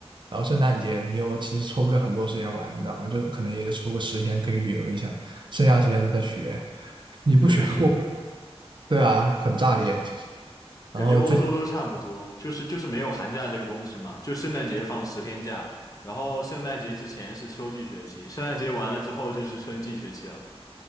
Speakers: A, on the right; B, on the left.
A: 然后圣诞节你又其实抽不了很多时间玩，你知道吗？就可能也就抽个十天可以旅游一下，剩下的时间都在学，你不学过不了，
B: 是的，是的。
A: <laughs> 对啊，很炸裂其实。然后最
B: 感觉欧洲都差不多，就是就是没有寒假这个东西嘛，就圣诞节放十天假，然后圣诞节之前是秋季学期，圣诞节完了之后就是春季学期了。